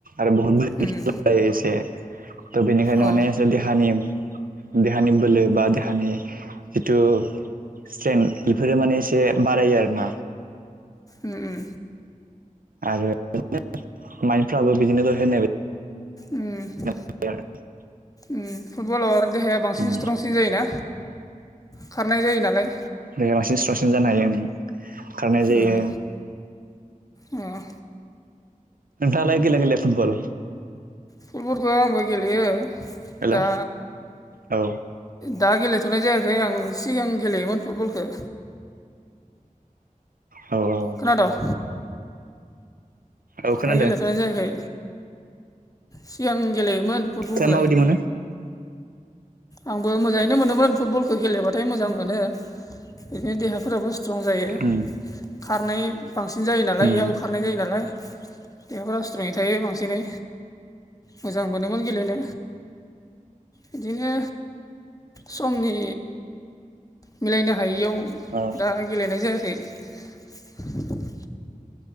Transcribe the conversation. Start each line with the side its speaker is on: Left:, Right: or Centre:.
Right: आरो बुहुते
Left: उम
Right: जायो एसे। त' बेनिखायनो
Left: अ
Right: माने देहानि देहानि बोलो बा दानि जिथु स्ट्रेन् बेफोरो माने एसे बारायो आरो ना।
Left: उ उ
Right: आरो <unintelligible> माइफ्राबो बिदिनो द होननाय
Left: उम
Right: <unintelligible>
Left: उम फुटबलाव आरो देहाया बांसिन
Right: उम
Left: स्ट्रंसिन जायोना? खारनाय जायो नालाय।
Right: बेेायाव बांसिन सट्रकसिन जानो हायो। खारनाय जायो
Left: उम उम अ
Right: जालाय गिला गला फुटबल
Left: फुटबलखौ आंबो गेलेयो
Right: हेल'
Left: दा
Right: औ
Left: दा गेलेथ'नाय जायाखै आं सिगां गेलेयोमोन फुटबलखौ
Right: औ औ
Left: खोनादों'
Right: औ खोनादों
Left: दा गेलेथ'ानो जायाखै सिगां गेलेयोमोन फुटबलखौलाय
Right: नोंथाङा माबायदि मोनो
Left: आंबो मोजाङैनो मोनोमोन फुटबलखौ गेलेबाथाय मोजां मोनो बिदिनो देहाफोराबो स्ट्रं जायो
Right: उम
Left: खारनाय बांसिन जायो नालाय
Right: उम
Left: बेयाव खार खनाय जायो नालाय बेहाफोरा सुद्रुङै थायो बांसिनै मोजां मोनोमोन गेलेनो बिदिनो समनि मिलायनो हायैयाव
Right: औ
Left: दा गेलेनाय जायाखै <unintelligible>